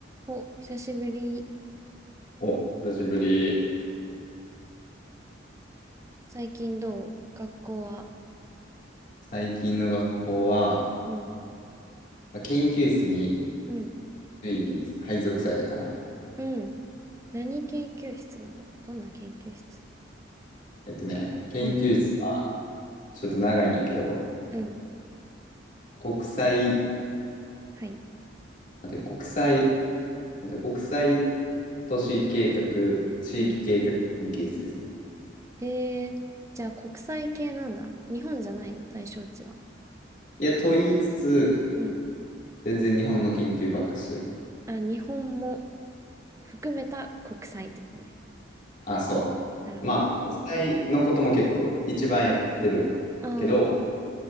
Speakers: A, on the right; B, on the left.
A: お、久しぶり。
B: お、久しぶり。
A: 最近どう学校は。
B: 最近の学校は、
A: うん。
B: まあ研究室に
A: うん。
B: ついに配属されたかな。
A: うん。何研究室なのどんな研究室
B: えっとね、研究室は
A: うん。
B: ちょっと長いんやけど、
A: うん。
B: 国際、
A: はい。
B: 待って、国際、待って、国際都市計画、地域計画研究室ですね。
A: うん。えー、じゃあ国際系なんだ。日本じゃないの対象地は。
B: いや、と言いつつ、
A: うん。
B: 全然日本の研究ばっかしてる。
A: あ、日本も含めた国際ってことね。
B: あ、そう。
A: なるほど。
B: まあ、国際のことも結構一番やってるけど、
A: ああ、